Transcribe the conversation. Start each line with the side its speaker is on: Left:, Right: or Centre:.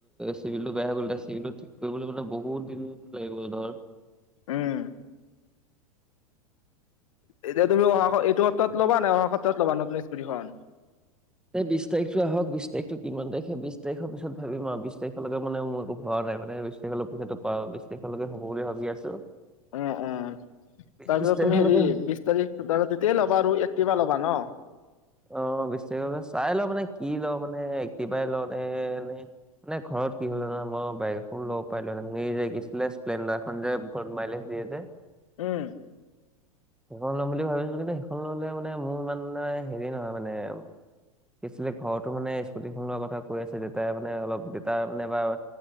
Centre: চিভিল টো বেয়া হৈ গ'ল। এ' চিভিল টো ঠিক কৰিবলৈ হলে বহুত দিন লাগিব, ধৰ
Left: উম। এতিয়া তুমি অহা এই সপ্তাহত ল'বা নে অহা সপ্তাহত ল'বা নতুন স্কুটীখন?
Centre: এই বিশ তাৰিখটো আহক বিশ তাৰিখটো কিমান তাৰিখে বিশ তাৰিখৰ পিছত ভাবিম আৰু বিশ তাৰিখলৈকে মানে মোৰ একো ভাবা নাই মানে। সেইফালৰ পইচাটো পাওঁ, বিশ তাৰিখলৈকে হ'ব বুলি ভাবি আছো।
Left: উম-উম। তাৰপিছত
Centre: বিশ তাৰিখলৈকে
Left: তুমি হেৰি বিশ তাৰিখ তেতিয়াই ল'বা আৰু এক্টিভা ল'বা ন?
Centre: অ বিশ তাৰিখ পাছত চাই লও মানে কি লও মানে একটিভাই লওনে- মানে ঘৰত কি হ'ল জানা মই বাইক এখন ল'ব পাৰিলোহেতেন সেই যে কি আছিলে স্প্লেণ্ডাৰ এখন যে কত <unintelligible> মাইলেজ দিয়ছে।
Left: উম।
Centre: সেইখন ল'ম বুলি ভাবিছিলো কিন্তু সেইখন ললে মানে মোৰ ইমানটা হেৰি নহয় মানে। কি আছিলে ঘৰতো মানে স্কুটিখন লোৱাৰ কথা কৈ আছে। দেউতাই মানে অলপ দেউতাৰ মানে এবাৰ